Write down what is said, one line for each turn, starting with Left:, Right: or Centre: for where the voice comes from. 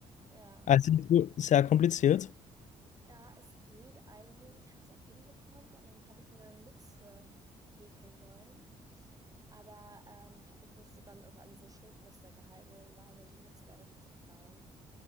Right: Ja.
Left: also du- sehr kompliziert.
Right: Ja, es geht eigentlich. Ich habe es auch hinbekommen und dann habe ich eine Mütze hä- häkeln wollen. Aber ähm, ich habe mich nicht so ganz also an diese Schnittmuster gehalten und dann war mir die Mütze leider viel zu klein.